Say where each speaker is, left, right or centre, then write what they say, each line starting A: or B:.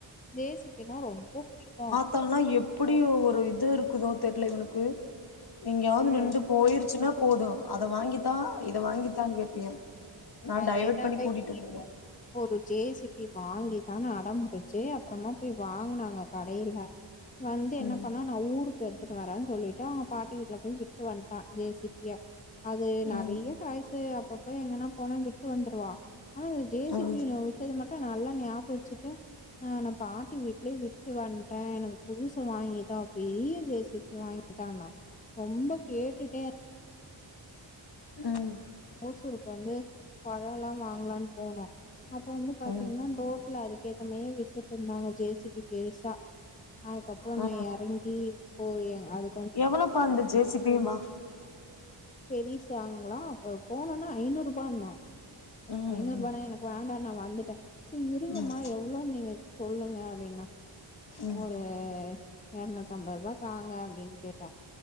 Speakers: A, on the left; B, on the left.
A: ஜே சி பி னா ரொம்ப புடிக்கு
B: தனா எப்புடி ஒரு இது இருக்குதோ தெரியல இவனுக்கு எங்கயாவது
A: ம்
B: நின்டு போயிரு ச்சுனா போது அத வாங்கித்தா இத வாங்கித்தான்னு கேப்பியா நா
A: அதே
B: டைவர்ட்
A: தாங்க
B: பண்ணி கூட்டிட்டு
A: இங்கேயு
B: வந்துருவே
A: ஒரு ஜேசிபி வாங்கிதா அடம்புடுச்சு அப்பறமா போய் வாங்குனாங்க கடையில வந்து
B: ம்
A: என்ன பண்ணா நா ஊருக்கு எடுத்துட்டு வரே சொல்லிட்டு அவுங்க பாட்டி வீட்டுல போய் விட்டு வன்ட்டா ஜே சி பி க அது நெறைய
B: ம்
A: டாய்ஸ்ஸு அப்பப்ப எங்கனா போனோ விட்டு வந்துருவா ஆனா இந்த ஜே
B: ம்
A: சி பினா வே த்தது மட்டும் நல்லா ஞாபோ வச்சிட்டு ஆ நா பாட்டி வீட்லயே விட்டு வந்ட்டேன் எனகு புதுசு வாங்கிதா பெரிய ஜெசிபி வாங்கிதானா ரொம்ப கேட்டுட்டே
B: ம்
A: ஓசூருக்கு வந்து பழல்லா வாங்கலான் போனோ அப்ப வந்து பாத்தீங்கன்னா
B: ம் ம்
A: ரோட்ல அதுக்கு ஏத்தமையே வித்துட்ட்ருந்தாங்க ஜேசிபி பெருசா அதுக்கப்புறம்
B: ஆ
A: நா எறங்கி போய் அது
B: எவ்வளோப்பா இந்த ஜேசிபீமா
A: பெரிஸ்சாங்ளா அப்ப போனோன்ன ஐந்நூர் ரூபான்னா
B: ம்
A: ஐநூர் ரூபான எனக்கு வேண்டான் நா வந்துட்டேன் செர் இருவமா
B: ம்
A: எவ் எவ்ளோ நீங்க சொல்லுங்க அப்டின்னா
B: ம்
A: ஒரு எர்நூத்தம்பது ரூபா தாங்க அப்டின் கேட்ட